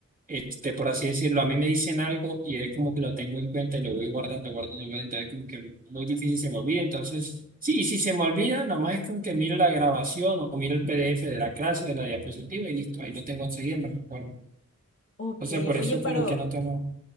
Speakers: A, on the right; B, on the left.
A: este, por así decirlo, a mí me dicen algo y es como que lo tengo en cuenta y lo voy guardando, guardando, guardando. Entonces, como que muy difícil se me olvida. Entonces, sí, y si se me olvida, nada más es con que miro la grabación o miro el PDF de la clase, de la diapositiva y listo, ahí lo tengo enseguida, me recuerdo.
B: Ok,
A: Entonces, por
B: oye,
A: eso
B: pero
A: como que no tomo.